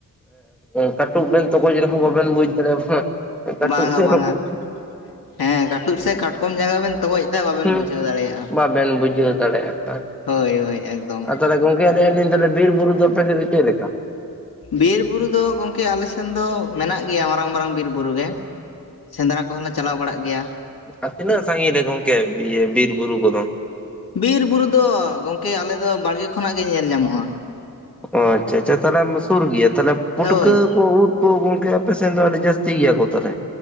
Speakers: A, in the centre; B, on the left.
A: ᱮᱸ ᱠᱟᱴᱩᱵ ᱵᱮᱱ ᱛᱚᱜᱚᱡᱽ ᱨᱮᱦᱚᱸ ᱵᱟᱵᱮᱱ ᱵᱩᱡᱽ ᱫᱟᱲᱮᱣᱜ ᱦᱮᱸ ᱮ ᱠᱟᱹᱴᱩᱵ
B: ᱵᱟᱝᱟ
A: ᱥᱮ
B: ᱵᱟᱝᱟ
A: ᱨᱚᱠᱚᱡᱽ
B: ᱦᱮᱸ ᱠᱟᱹᱴᱩᱵ ᱥᱮ ᱠᱟᱴᱠᱚᱢ ᱡᱟᱸᱜᱟ ᱵᱮᱱ ᱛᱚᱜᱚᱡ ᱮᱫᱟ ᱵᱟᱵᱮᱱ
A: ᱦᱩᱸᱵᱟᱵᱮᱱ
B: ᱵᱩᱡᱷᱟᱹᱣ ᱫᱟᱲᱮᱭᱟᱜᱼᱟ
A: ᱵᱩᱡᱷᱟᱹᱣ ᱫᱟᱲᱮᱭᱟᱜᱼᱟ ᱦᱟ
B: ᱦᱳᱭ ᱦᱳᱭ ᱮᱠᱫᱚᱢ
A: ᱟ ᱛᱟᱦᱞᱮ ᱜᱚᱝᱠᱮ ᱟᱞᱤᱧ ᱛᱟᱦᱞᱮ ᱵᱤᱨ - ᱵᱩᱨᱩ ᱫᱚᱯᱮ ᱥᱮᱱ ᱫᱚ ᱪᱮᱫ ᱞᱮᱠᱟ?
B: ᱵᱤᱨ ᱵᱩᱨᱩ ᱫᱚ ᱜᱚᱝᱠᱮ ᱟᱞᱮᱥᱮᱱ ᱫᱚ ᱢᱮᱱᱟᱜ ᱜᱮᱭᱟ ᱢᱟᱨᱟᱝ - ᱢᱟᱨᱟᱝ ᱵᱤᱨ ᱵᱩᱨᱩ ᱜᱮ ᱥᱮᱸᱫᱽᱨᱟ ᱠᱚᱦᱚᱸᱞᱮ ᱪᱟᱞᱟᱣ ᱵᱟᱲᱟᱜ ᱜᱮᱭᱟ᱾
A: ᱟᱨ ᱛᱤᱱᱟᱹᱜ ᱥᱟᱺᱜᱤᱧ ᱨᱮ ᱜᱚᱝᱠᱮ ᱤᱭᱟᱹ ᱵᱤᱨ - ᱵᱩᱨᱩ ᱠᱚᱫᱚ
B: ᱵᱤᱨ - ᱵᱩᱨᱩ ᱫᱚ ᱜᱚᱝᱠᱮ ᱟᱞᱮ ᱫᱚ ᱵᱟᱲᱜᱮ ᱠᱷᱚᱱᱟᱜ ᱜᱮ ᱧᱮᱞ ᱧᱟᱢᱚᱜᱼᱟ᱾
A: ᱚᱸ ᱟᱪᱪᱷᱟ - ᱟᱪᱪᱷᱟ ᱛᱟᱞᱦᱮ ᱚᱢ ᱫᱚ ᱥᱩᱨ ᱜᱤᱭᱟᱹ ᱛᱟᱞᱦᱮ ᱯᱩᱴᱠᱟᱹ
B: ᱦᱳᱭ
A: ᱠᱚ ᱩᱫ ᱳ ᱜᱚᱝᱠᱮ ᱟᱯᱮ ᱥᱮᱱ ᱫᱚ ᱟᱹᱰᱤ ᱡᱟᱥᱛᱤ ᱜᱤᱭᱟᱹ ᱠᱚ ᱛᱟᱞᱦᱮ